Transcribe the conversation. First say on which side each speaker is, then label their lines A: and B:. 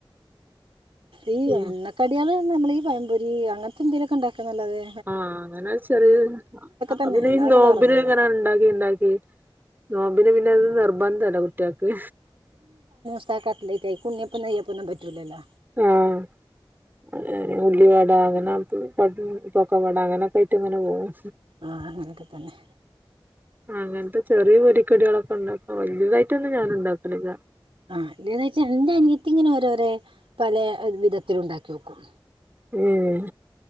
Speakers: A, on the right (about 80°); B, on the right (about 20°).
A: ഈ
B: ഉം
A: എണ്ണക്കടികള് നമ്മൾ ഈ പഴംപൊരി അങ്ങനത്തെ എന്തെലൊക്കെ ഇണ്ടാക്കാന്നല്ലാതെ
B: ആഹ് അങ്ങനെ <unintelligible> അപ്പ
A: തന്നെ
B: പിന്നെ
A: അല്ലാതെ
B: ഈ നോബിനിങ്ങനെ
A: വേറൊന്നുമില്ല
B: ഇണ്ടാക്കി ഇണ്ടാക്കി നോമ്പിന് പിന്നെ അത് നിർബന്ധല്ലേ കുട്ടിയാൾക്ക്
A: എത്താ <unintelligible> കൈക്ക് ഉണ്ണിയപ്പം നെയ്യപ്പം ഒന്നും പറ്റൂലല്ലോ.
B: ആഹ് <unintelligible> ഉള്ളിവട അങ്ങനെ <unintelligible> പക്കവട അങ്ങനൊക്കെ ആയിറ്റ് ഇങ്ങനെപോവും
A: ആഹ് അങ്ങനൊക്കെ തന്നെ
B: അങ്ങൻത്തെ ചെറിയ പൊരിക്കടികളൊക്കെണ്ടാക്കും വലിയതായിട്ടൊന്നും ഞാൻ ഇണ്ടാക്കലില്ല.
A: ആഹ് ഇതേന്നോയ്ച്ച എന്റെ അനിയത്തി ഇങ്ങനെ ഓരോരെ പലേ വിധത്തിലുണ്ടാക്കിഓക്കും.
B: ഉം